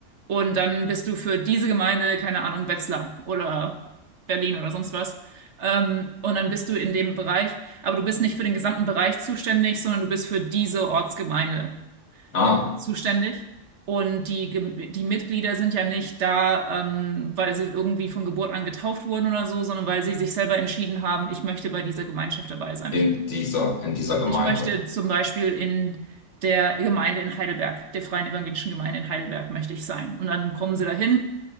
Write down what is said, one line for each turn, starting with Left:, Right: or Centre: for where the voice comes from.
Right: Und dann bist du für diese Gemeinde, keine Ahnung, Wetzlar oder Berlin oder sonst was. Ähm, und dann bist du in dem Bereich, aber du bist nicht für den gesamten Bereich zuständig, sondern du bist für diese Ortsgemeinde
Left: Ah,
Right: zuständig. Und die, Gem- die Mitglieder sind ja nicht da, ähm, weil sie irgendwie von Geburt an getauft wurden oder so, sondern weil sie sich selber entschieden haben, ich möchte bei dieser Gemeinschaft dabei sein.
Left: in
Right: Ich,
Left: dieser, in dieser Gemeinde.
Right: ich möchte zum Beispiel in der Gemeinde in Heidelberg, der Freien Evangelischen Gemeinde in Heidelberg, möchte ich sein. Und dann kommen sie dahin.